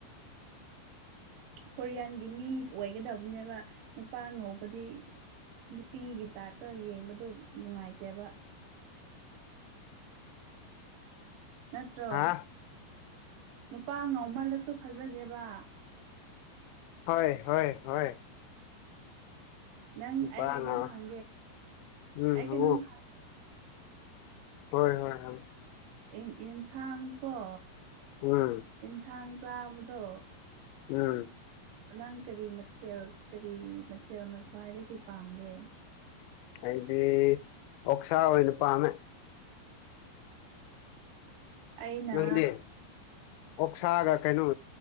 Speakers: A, on the right; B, on the left.
A: ꯀꯣꯔꯤꯌꯥꯟꯒꯤ ꯃꯤ ꯑꯣꯏꯒꯗꯕꯅꯦꯕ ꯅꯨꯄꯥ ꯉꯧꯕꯗꯤ꯫ ꯅꯨꯄꯤꯒꯤ ꯇꯥꯏꯞꯇ ꯌꯦꯡꯕꯗꯣ ꯅꯨꯡꯉꯥꯏꯇꯦꯕ꯫ ꯅꯠꯇ꯭ꯔꯣ
B: ꯍꯥ
A: ꯅꯨꯄꯥ ꯉꯥꯎꯃꯜꯂꯁꯨ ꯐꯖꯗꯦꯕ꯫
B: ꯍꯣꯏ ꯍꯣꯏ ꯍꯣꯏ꯫
A: ꯅꯪ
B: ꯅꯨꯄꯥ
A: ꯑꯩ ꯀꯩꯅꯣꯝ
B: ꯉꯥꯎ
A: ꯍꯪꯒꯦ
B: ꯎꯝ
A: ꯑꯩ
B: ꯍꯪꯉꯣ
A: ꯀꯩꯅꯣꯝ ꯑ
B: ꯍꯣꯏ ꯍꯣꯏ ꯍꯪ
A: ꯏꯟꯁꯥꯡ ꯀꯣ꯫
B: ꯎꯝ꫰꫰
A: ꯌꯦꯟꯁꯥꯡ ꯆꯥꯕꯗꯣ꯫
B: ꯎꯝ꯫
A: ꯅꯪ ꯀꯔꯤ ꯃꯊꯦꯜ ꯀꯔꯤ ꯃꯊꯦꯜꯅ ꯈ꯭ꯋꯥꯏꯗꯒꯤ ꯄꯥꯝꯒꯦ꯫
B: ꯍꯥꯏꯗꯤ ꯑꯣꯛꯁꯥ ꯑꯣꯏꯅ ꯄꯥꯝꯃꯦ꯫
A: ꯑꯩꯅ
B: ꯅꯪꯗꯤ ꯑꯣꯛꯁꯥꯒ ꯀꯩꯅꯣ